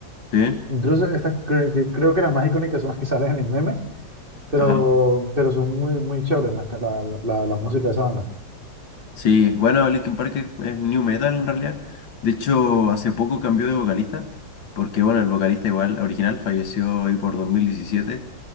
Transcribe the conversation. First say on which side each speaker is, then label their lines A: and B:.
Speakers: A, on the left; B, on the right.
A: Sí,
B: Incluso estas cre- que- creo que las más icónicas son las que salen en memes, pero,
A: ajá.
B: pero son muy, muy chéveres las ca- la, la, la música de esa banda.
A: Sí, bueno, Linkin Park es, es new metal en realidad. De hecho, hace poco cambió de vocalista, porque bueno, el vocalista igual original falleció ahí por 2017.